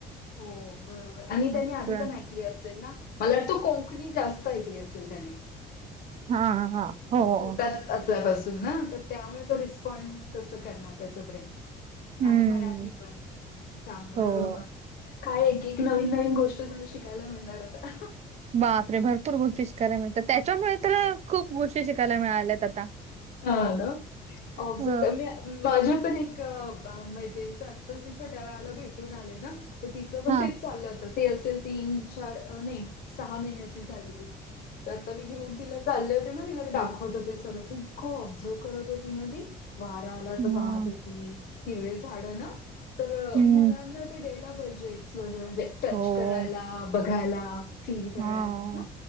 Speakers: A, on the left; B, on the right.
A: हो बर आणि त्यांनी
B: असं.
A: आधी पण ऐकले असेल ना? मला वाटतं कोकणी जास्त ऐकली असेल त्याने.
B: हां हां हो, हो.
A: पोटात असल्यापासून ना तर त्यामुळे तो रिस्पॉनड तसं करणार त्याचं ब्रेन.
B: हम्म.
A: आणि मराठी पण चांगलं
B: हो.
A: <unintelligible> काय एक एक नवीन नवीन गोष्ट तुला शिकायला मिळणार आता.
B: बापरे भरपूर गोष्टी शिकायला मिळतात. त्याच्यामुळे तर खूप गोष्टी शिकायला मिळाल्यात आता.
A: हां <unintelligible> ऑबजर्व
B: अ
A: मी माझ्या पण एक मैत्रिणीच आत्तास छोट्या बाळाला भेटून आले ना तर तिचं पण
B: हां.
A: तेच चाललं होत ते असेल तीन चार नाही सहा महिन्या <unintelligible> आता मी घेऊन तिला चालले होते ना तिला मी दाखवत हो सगळ. खूप ऑब्झर्व करत होती ना ती वारा आला
B: हां.
A: तर पाहत होती ती. हिरवे झाड ना तर
B: हं.
A: मुलांना ते द्यायला पाहिजे एक्सप्लोजर. टच
B: हो.
A: करायला, बघायला फील करायला
B: हां.